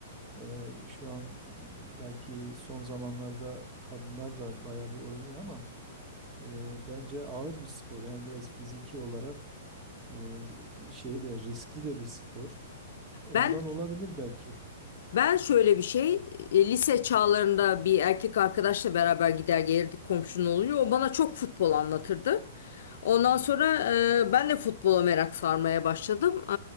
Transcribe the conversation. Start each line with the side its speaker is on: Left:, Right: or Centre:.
Right: e, şu an belki son zamanlarda kadınlar da bayağı bir oynuyor ama e, bence ağır bir spor. Yani biraz fiziki olarak e, şey de riskli de bir spor. Ondan
Left: Ben
Right: olabilir belki.
Left: Ben şöyle bir şey, e, lise çağlarında bir erkek arkadaşla beraber gider gelirdik komşunun oluyor. O bana çok futbol anlatırdı. Ondan sonra e, ben de futbola merak sarmaya başladım. E,